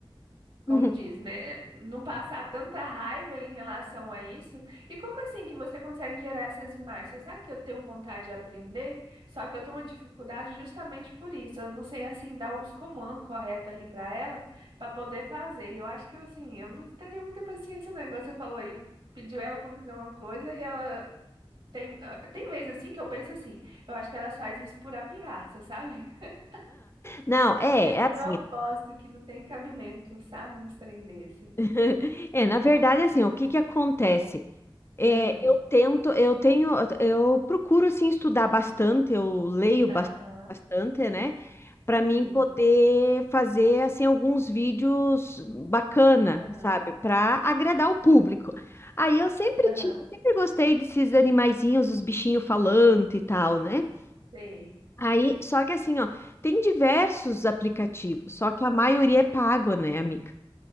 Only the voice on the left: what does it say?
<laughs>
Não, é,
é
assim. ó.
<laughs> É, na verdade, assim, ó, o que que acontece? É,
eu tento, eu tenho, eu procuro assim estudar bastante, eu leio bas-
bastante, né? Para mim
poder fazer assim alguns vídeos bacana,
sabe? Para agradar o público.
Aí eu sempre
tive, sempre gostei desses animaizinhos, os bichinhos falantes e tal, né?
Aí, só que assim, ó, tem diversos aplicativos, só que a maioria é pago, né, amiga?